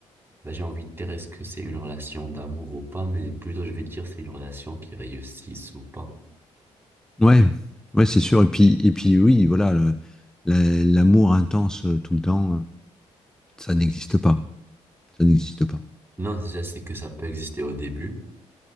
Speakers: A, on the right (about 15°); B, in the centre.
A: Bah, j'ai envie de dire est-ce que c'est une relation d'amour ou pas, mais plutôt je vais dire c'est une relation qui réussisse ou pas.
B: ouais, ouais, c'est sûr. Et puis, et puis, oui, voilà, le- la- l'amour intense euh, tout le temps, euh, ça n'existe pas. Ça n'existe pas.
A: Non, je sais que ça peut exister au début,